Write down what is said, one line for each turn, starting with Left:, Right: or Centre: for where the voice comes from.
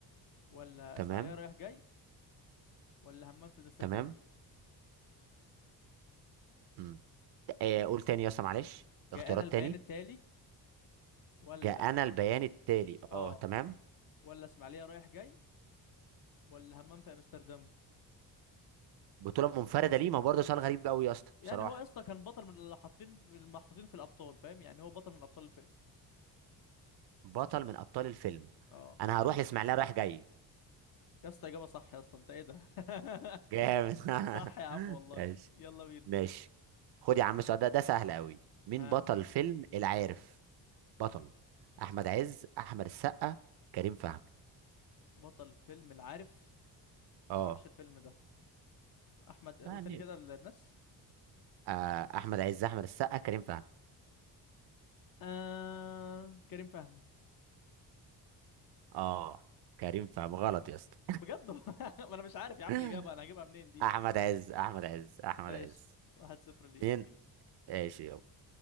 Left: ولا
Right: تمام
Left: اسماعيليه رايح جاي ولا همام في امستردام
Right: تمام امم آه قول تاني يا اسطى معلش
Left: جاءنا
Right: اختيارات
Left: البيان
Right: تاني
Left: التالي ولا
Right: جاء انا البيان التالي
Left: اه
Right: اه تمام
Left: ولا اسماعيليه رايح جاي ولا همام في امستردام
Right: بطولة منفردة ليه ما هو برضه سؤال غريب قوي يا اسطى
Left: يعني
Right: بصراحة
Left: هو يا اسطى كان بطل من اللي حاطين المحطوطين في الابطال فاهم يعني هو بطل من ابطال الفيلم
Right: بطل من ابطال الفيلم
Left: اه
Right: انا هروح لاسماعيليه رايح جاي
Left: يا اسطى اجابه صح يا اسطى انت ايه ده <laughs>
Right: جامد
Left: صح يا عم
Right: <laughs>
Left: والله
Right: ماشي
Left: يلا بينا
Right: ماشي خد يا عم السؤال ده ده سهل قوي مين
Left: ها
Right: بطل فيلم العارف بطل احمد عز احمد السقا كريم فهمي
Left: بطل فيلم العارف
Right: اه
Left: انا معرفش الفيلم ده احمد قول
Right: يعني
Left: تاني كده للناس
Right: آه احمد عز احمد السقا كريم فهمي
Left: آه... كريم فهمي
Right: اه كريم فهمي غلط يا اسطى
Left: بجد <laughs> ما انا مش عارف يا عم
Right: <laughs>
Left: الاجابه انا هجيبها منين دي
Right: احمد عز احمد عز احمد
Left: ماشي
Right: عز
Left: واحد صفر ليك
Right: اتنين ماشي يابا